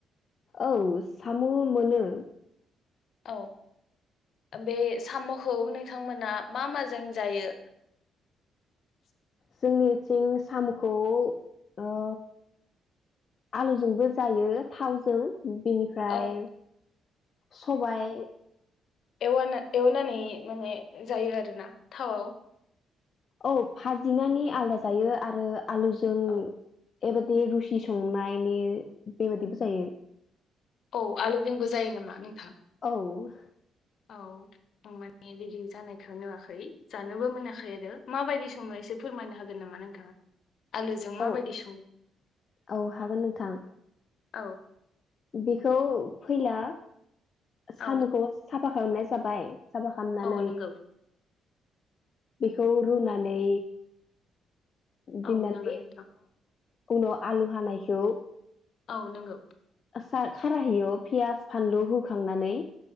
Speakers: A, on the left; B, on the left.
A: औ साम' मोनो
B: औ बे साम'खौ नोंथांमोना मा माजों जायो। <unintelligible> <inaudible>
A: जोंनिथिं साम'खौ ओ आलुजोंबो जायो थावजों बिनिफ्राय
B: औ
A: सबायाइ
B: एवाना एवनानै माने जायो आरोना थावाव
A: औ भाजिनानै आलदा जायो आरो आलुजों
B: औ
A: एबाददि रुसि संनायनि बेबायदिबो जायो।
B: औ आलुजोंंबो जायो नामा नोंथां।
A: औ
B: औ आं माने बिदि जानायखौ नुवाखै जानोबो मोनाखै आरो माबायदि संयै एसे फोरमायनो हागोन नामा नोंथाङा। आलुजों माबायदि
A: औ
B: सङो
A: औ हागोन नोंथां
B: औ
A: बेखौ फैला साम'खौ
B: औ
A: साफा खालामनाय जाबाय। साफा खालामनानै
B: औ नंगौ
A: बेखौ रुनानै दोननानै
B: औ नंगौ नोंथां
A: खुनु आलु हानायखौ
B: औ नंगौ।
A: सा खाराहैयो पियास फानलु होखांनानै